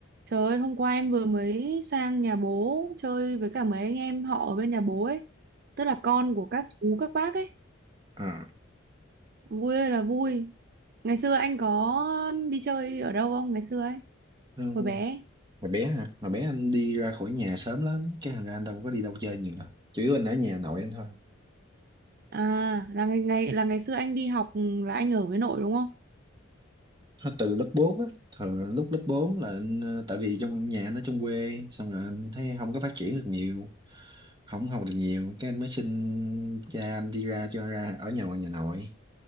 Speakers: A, on the right; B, on the right.
A: Trời ơi, hôm qua em vừa mới sang nhà bố chơi với cả mấy anh em họ ở bên nhà bố ấy. Tức là con của các chú, các bác ấy.
B: à
A: Vui ơi là vui. Ngày xưa anh có đi chơi ở đâu không? Ngày xưa ấy,
B: ừ.
A: hồi bé. ấy.
B: hồi bé hả hồi bé anh đi ra khỏi nhà sớm lắm cái thành ra anh không có đi đâu chơi nhiều đâu chủ yếu anh ở nhà nội anh thôi
A: À, là ngày, ngày là ngày xưa anh đi học ừ, là anh ở với nội đúng không?
B: à. từ lớp 4 á thường lúc lớp 4 là anh ờ, tại vì trong nhà anh ở trong quê xong rồi anh thấy không có phát triển được nhiều không học được nhiều cái anh mới xin cha anh đi ra cho ra ở nhà ngoài nhà nội